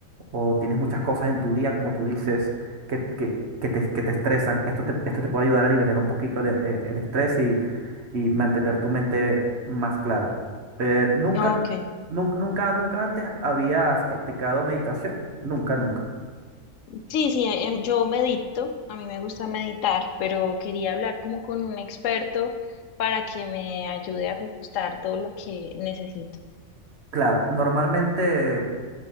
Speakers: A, on the right (about 55°); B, on the left (about 75°).
A: o tienes muchas cosas en tu día, como tú dices, que, que- que te, que te estresan. Esto te, esto te puede ayudar a liberar un poquito el, e- el estrés y, y mantener tu mente más clara. Eh, nunca,
B: Ok.
A: nu- nunca, nunca, nunca antes habías practicado meditación. Nunca, nunca.
B: Sí, sí, eh, em, yo medito, a mí me gusta meditar, pero quería hablar como con un experto para que me ayude a ajustar todo lo que necesito.
A: Claro, normalmente,